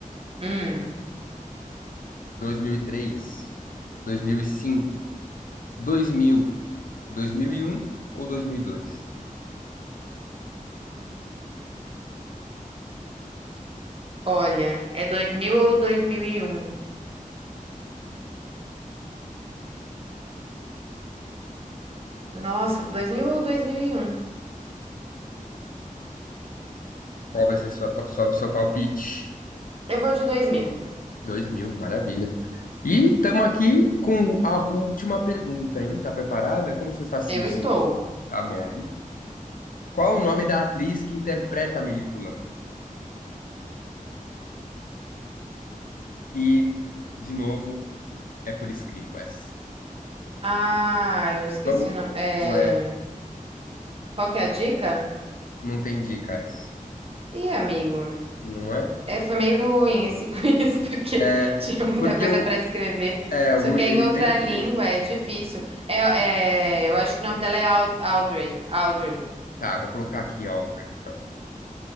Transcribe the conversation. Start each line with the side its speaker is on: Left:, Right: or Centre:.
Right: Hum.
Left: dois mil e três, dois mil e cinco, dois mil, dois mil e um ou 2002?
Right: Olha, é 2000 ou 2001? Nossa, 2000 ou 2001?
Left: Qual vai ser sua, pa- sua, seu palpite?
Right: Eu vou de 2000.
Left: Dois mil, maravilha. E estamos aqui com a última pergunta, hein? Tá preparada? Como você está se
Right: Eu
Left: sentindo?
Right: estou.
Left: Tá bom. Qual o nome da atriz que interpreta a Melípula? E, de novo, é por escrito essa.
Right: Ah, eu esqueci
Left: Vamos.
Right: o nome. É...
Left: Não é.
Right: Qual que é a dica?
Left: Não tem dica essa.
Right: Ih, amigo.
Left: Não é?
Right: É, foi meio ruim esse <laughs> quiz, porque
Left: É.
Right: tinha muita
Left: Porque
Right: coisa
Left: o,
Right: para escrever.
Left: é, o
Right: Só
Left: Rui-
Right: que é
Left: ele
Right: em outra
Left: teve
Right: língua,
Left: três.
Right: é difícil. É, é, eu acho que o nome dela é Aud- Audrey. Audrey.
Left: Tá, vou colocar aqui, Audrey. Então.